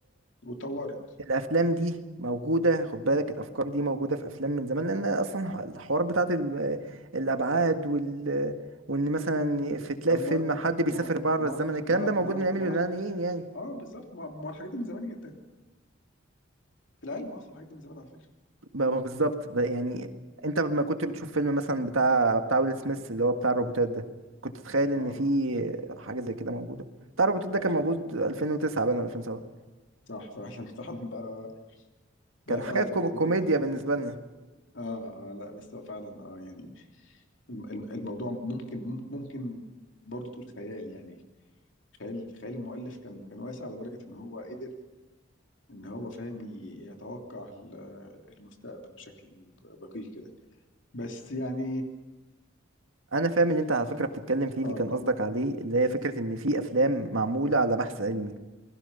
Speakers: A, on the left; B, on the right.
A: واتطورت
B: الافلام دي موجودة خد بالك الافكار دي موجودة في افلام من زمان لان اصلا الحوار بتاعت ال- الابعاد وال وان مثلا في تلاقي
A: طب
B: في
A: ما
B: فيلم حد بيسافر
A: ما
B: بره
A: ما
B: الزمن الكلام
A: ما
B: ده موجود
A: ما
B: من ايام
A: ما-
B: اليونانيين يعني
A: اه بالظبط ما ما الحاجات دي من زمان جدا في العلم اصلا الحاجات دي من زمان على فكره
B: ما ما بالظبط ب- يعني انت لما كنت بتشوف فيلم مثلا بتاع بتاع ويل سميث اللي هو بتاع الروبوتات ده كنت تتخيل
A: اه
B: ان في حاجه زي كده موجوده بتاع الروبوتات
A: لا
B: ده كان
A: فعلا
B: موجود 2009 بقى ولا
A: لا.
B: 2007
A: صح فعلا <laughs> فعلا بقى بقى
B: كان حاجه
A: فعلا موجود
B: كوم- كوميديا
A: دلوقتي
B: بالنسبه لنا
A: اه اه لا بس هو فعلا اه يعني الم- الم- الموضوع ممكن مم- ممكن برضو تقول خيال يعني خيال خيال المؤلف كان كان واسع لدرجة ان هو قدر ان هو فاهم ي- يتوقع ال- المستقبل بشكل دقيق كده بس يعني
B: انا فاهم اللي انت على فكره بتتكلم فيه
A: اه
B: اللي كان قصدك عليه اللي هي فكره ان في افلام معموله على بحث علمي